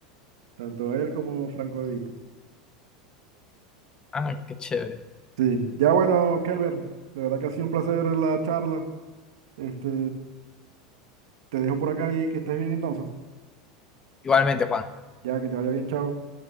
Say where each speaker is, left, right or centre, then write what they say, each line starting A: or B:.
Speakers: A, on the right; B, on the left.
A: Tanto él como Franco De Vita.
B: Ah, qué chévere.
A: Sí. Ya bueno, Kelber, de verdad que ha sido un placer la charla. Este, te dejo por acá y que estés bien entonces.
B: Igualmente, Juan.
A: Ya, que te vaya bien, chao.